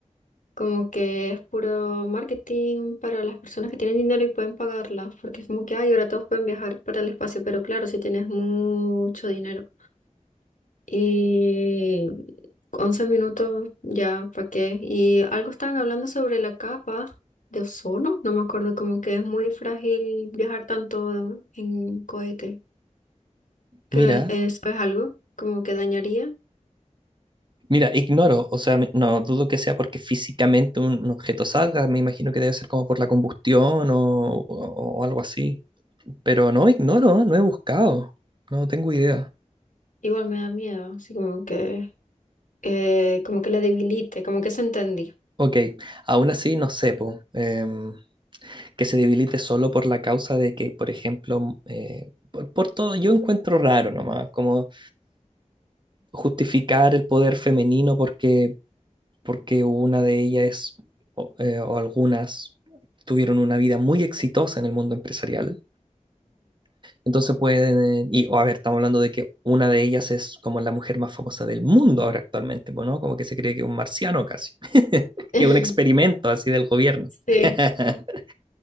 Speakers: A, on the left (about 90°); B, on the right (about 40°).
A: Como que es puro marketing para las personas que tienen dinero y pueden pagarla, porque es como que, ay, ahora todos pueden viajar para el espacio, pero claro, si tienes mucho dinero. Y 11 minutos ya, ¿para qué? Y algo estaban hablando sobre la capa de ozono, no me acuerdo, como que es muy frágil viajar tanto en cohete, que
B: mira.
A: eso es algo como que dañaría.
B: Mira, ignoro, o sea, me- no dudo que sea porque físicamente un, un objeto salga, me imagino que debe ser como por la combustión o, o- o algo así. Pero no ignoro, no he buscado, no tengo idea.
A: Igual me da miedo, así como que, eh, como que la debilite, como que se entendí.
B: Ok, aún así no sé, po, em, que se debilite solo por la causa de que, por ejemplo, m- eh, por, por todo, yo encuentro raro nomás, como justificar el poder femenino porque porque una de ellas o, eh, o algunas tuvieron una vida muy exitosa en el mundo empresarial. Entonces pueden, y o a ver, estamos hablando de que una de ellas es como la mujer más famosa del mundo ahora actualmente, pues, ¿no? Como que se cree que es un marciano casi, <laughs> que
A: <laughs>
B: es un experimento así del gobierno.
A: Sí.
B: <laughs>